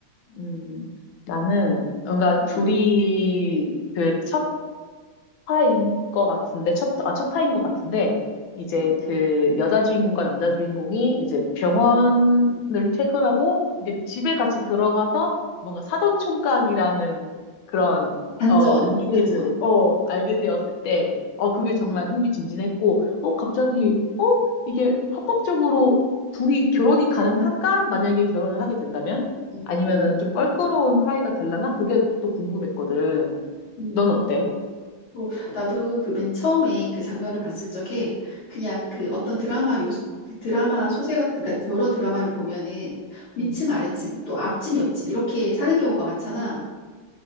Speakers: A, on the left (about 70°); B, on the left (about 90°).
A: 음, 나는 뭔가
B: 응,
A: 둘이 그첫 화인 것 같은데, 첫, 아, 첫 화인 것 같은데, 이제
B: 응.
A: 그 여자 주인공과 남자 주인공이 이제 병원을 퇴근하고, 이제 집에 같이 들어가서 뭔가 사돈 총각이라는 그런,
B: 반전,
A: 어, 관계를,
B: 반전.
A: 어, 알게 되었을 때, 어, 그게 정말
B: 응,
A: 흥미진진했고, 어, 갑자기, 어, 이게 합법적으로 둘이 결혼이 가능한가? 만약에 결혼을 하게 된다면?
B: 응,
A: 아니면은
B: 응.
A: 좀 껄끄러운 사이가 될라나? 그게 또 궁금했거든.
B: 응.
A: 넌 어때?
B: 또 나도 그 맨 처음에 그 장면을 봤을 적에 그냥 그 어떤 드라마 요소, 그 드라마 소재 같은, 그러니까 여러 드라마를 보면은 위층,
A: 음.
B: 아래층, 또 앞집, 옆집 이렇게 사는 경우가 많잖아.